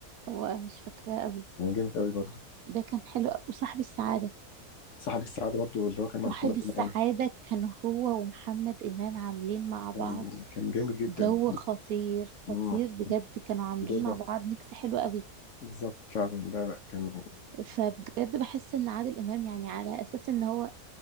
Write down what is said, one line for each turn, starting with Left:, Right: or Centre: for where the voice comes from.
Right: هو مش فاكراه قوي
Left: كان جامد قوي برضه
Right: ده كان حلو أوي. وصاحب السعادة
Left: صاحب السعاده برضه اللي هو كان مع
Right: صاحب
Left: محمد
Right: السعادة
Left: امام
Right: كان هو ومحمد إمام عاملين مع بعض
Left: كان كان جامد جدا
Right: جو خطير خطير
Left: امم
Right: بجد كانوا عاملين
Left: بدورة
Right: مع بعض ميكس حلو قوي
Left: بالظبط فعلا لا لا كان
Right: فبجد بحس ان عادل امام يعني على اساس ان هو